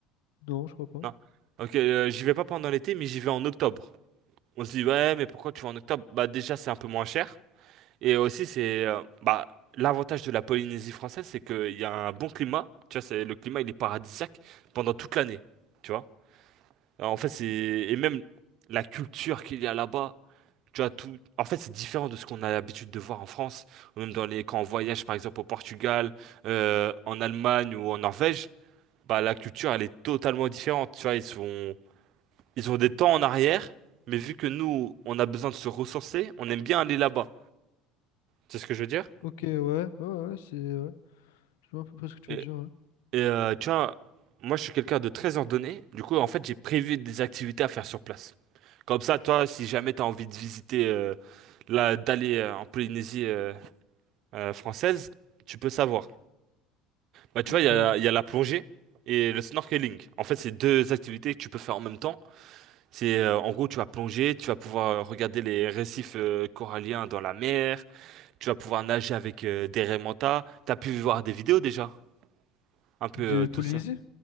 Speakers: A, on the left (about 80°); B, on the right (about 60°).
A: Non, je crois pas.
B: Non. Ok, euh, j'y vais pas pendant l'été, mais j'y vais en octobre. On se dit, ouais, mais pourquoi tu vas en octobre? Bah déjà, c'est un peu moins cher. Et aussi, c'est... euh, bah, l'avantage de la Polynésie française, c'est qu'il y a un bon climat. Tu vois, c'est, le climat, il est paradisiaque pendant toute l'année. Tu vois? Alors, en fait, c'est... Et même la culture qu'il y a là-bas. Tu vois, tout... En fait, c'est différent de ce qu'on a l'habitude de voir en France. Ou même dans les... quand on voyage, par exemple, au Portugal, euh, en Allemagne ou en Norvège. Bah, la culture, elle est totalement différente. Tu vois, ils sont ils ont des temps en arrière, mais vu que nous, on a besoin de se ressourcer, on aime bien aller là-bas. C'est ce que je veux dire?
A: Ok, ouais, ouais, ouais, c'est... Ouais. Je vois à peu près ce que tu
B: Et,
A: veux dire, ouais.
B: et, euh, tu vois, moi, je suis quelqu'un de très ordonné. Du coup, en fait, j'ai prévu des activités à faire sur place. Comme ça, toi, si jamais t'as envie de visiter, euh, là, d'aller euh, en Polynésie euh, euh, française, tu peux savoir. Bah, tu
A: Ok,
B: vois, il y a,
A: ouais.
B: il y a la plongée et le snorkeling. En fait, c'est deux activités que tu peux faire en même temps. C'est, euh, en gros, tu vas plonger, tu vas pouvoir regarder les récifs euh, coralliens dans la mer. Tu vas pouvoir nager avec euh, des raimentas. T'as pu voir des vidéos déjà? Un peu
A: De
B: euh, tout
A: Polynésie?
B: ça.